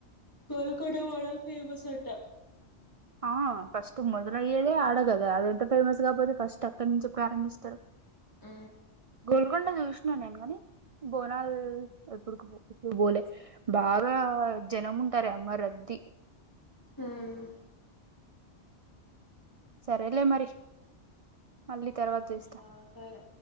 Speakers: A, on the left; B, on the right.
A: కోల్కడ వాళల్ ఫేమస్ అంట.
B: ఆ ఫస్ట్ మొదలయ్యేదే ఆడగదా అది ఎంత ఫేమస్ కాపోతే ఫస్ట్ అక్కడి నుంచి ప్రారంభిస్తారు
A: ఊ.
B: గోల్గొండ చూసినాను నేను కాని బోనాలు ఎప్పుడుకి. బోలే బాగా జనం ఉంటార అమ్మ రద్దీ.
A: హ్మ్
B: సరేలే మరి మళ్ళీ తర్వాత చేస్.
A: ఆ సరే.